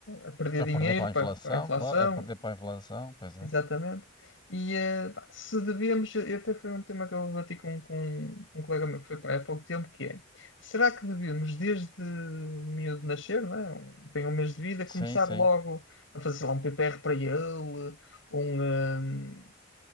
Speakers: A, on the left; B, on the left.
A: a perder
B: A
A: dinheiro
B: perder para a
A: para,
B: inflação,
A: para a inflação,
B: claro. A perder para a inflação, pois
A: Exatamente.
B: é.
A: E eh, pá, se devemos, eu eu até foi um tema que eu debati com, com, com um colega meu que foi pai há pouco tempo, que é, será que devemos, desde o miúdo nascer, não é? Um- tem um mês de vida, começar
B: Sim, sim,
A: logo a fazer sei lá um PPR para ele, um, eh,